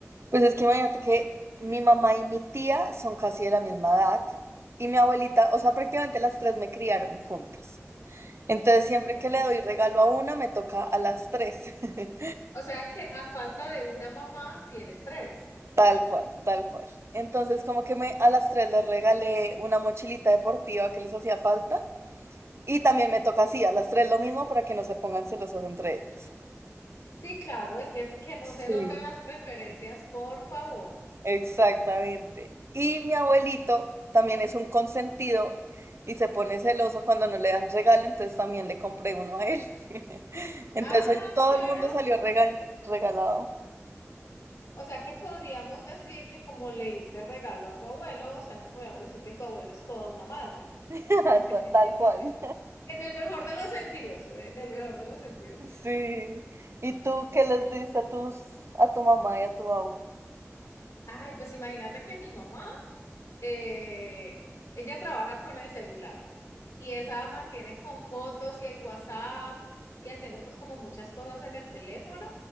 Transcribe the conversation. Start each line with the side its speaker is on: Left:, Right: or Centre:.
Right: Pues es que imagínate que mi mamá y mi tía son casi de la misma edad y mi abuelita, o sea, prácticamente las tres me criaron juntas. Entonces, siempre
Left: Ok.
Right: que le doy regalo a una, me toca a las tres. <laughs>
Left: O sea que a falta de una mamá tienes tres.
Right: Tal cual, tal cual. Entonces, como que me, a las tres les regalé una mochilita deportiva que les hacía falta. Y también me toca así, a las tres lo mismo para que no se pongan celosas entre ellas.
Left: Sí, claro, es que, que no se
Right: Sí,
Left: noten las preferencias, por favor.
Right: exactamente. Y mi abuelito también es un consentido y se pone celoso cuando no le dan regalo, entonces también le compré uno a él. <laughs> Entonces
Left: Ah,
Right: hoy todo
Left: carajo.
Right: el mundo salió regal- regalado,
Left: O sea que podríamos decir que como le diste regalo a tu abuelo, o sea que podríamos decir que tu abuelo es toda una madre.
Right: <laughs>
Left: <laughs>
Right: ta- tal cual.
Left: En el mejor de los sentidos, eh, en el mejor de los sentidos.
Right: Sí. ¿Y tú qué les diste a tus, a tu mamá y a tu abuelo?
Left: Ay, pues imagínate que mi mamá, eh, ella trabaja con el celular. y esa mantiene con fotos y el WhatsApp y haciendo pues como muchas cosas en el teléfono.